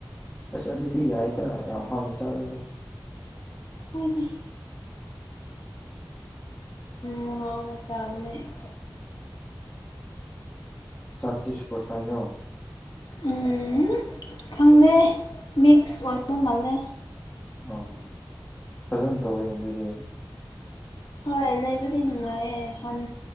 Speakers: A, on the left (about 20°); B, on the left (about 80°).
A: ꯑꯁ ꯑꯗꯨꯗꯤ ꯌꯥꯏꯗ ꯌꯥꯝ ꯍꯥꯎꯅ ꯆꯥꯔꯤꯕ
B: ꯍꯣꯏꯅꯦ ꯃꯨꯍꯥꯎꯅ ꯆꯥꯕꯅꯦ
A: ꯆꯥꯛꯇꯤ ꯁꯨꯄꯔ ꯐꯥꯏꯟ꯭ꯔꯣ
B: ꯎꯝ ꯈꯪꯗꯦ ꯃꯤꯛꯁ ꯑꯣꯏꯕ ꯃꯥꯜꯂꯦ
A: ꯑꯣ ꯐꯖꯅ ꯇꯧꯋꯤꯅ ꯑꯗꯨꯗꯤ
B: ꯍꯣꯏ ꯂꯩꯕꯗꯤ ꯅꯨꯡꯉꯥꯏꯔꯦ ꯍꯟ